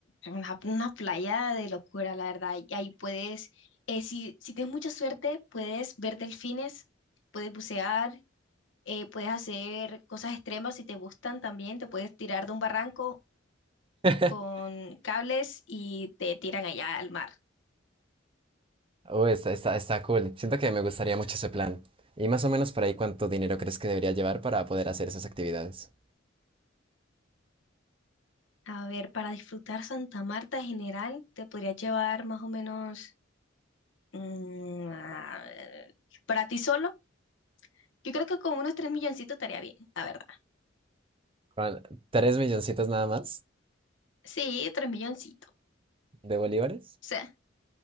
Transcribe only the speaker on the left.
una, una playa de locura, la verdad. Y ahí puedes, eh, si, si tienes mucha suerte, puedes ver delfines, puedes bucear, eh, puedes hacer cosas extremas si te gustan también, te puedes tirar de un barranco
con cables y te tiran allá al mar.
A ver, para disfrutar Santa Marta en general, te podrías llevar más o menos mm, a ver, para ti solo. Yo creo que con unos 3 milloncitos estaría bien, la verdad.
Sí, 3 milloncitos. O
sea,